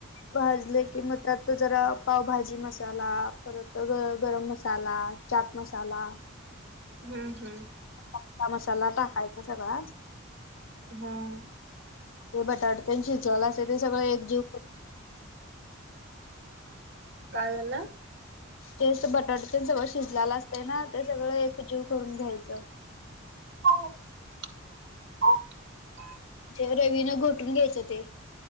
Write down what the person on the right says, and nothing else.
हम्म हम्म
हा
काय झालं?
<unintelligible>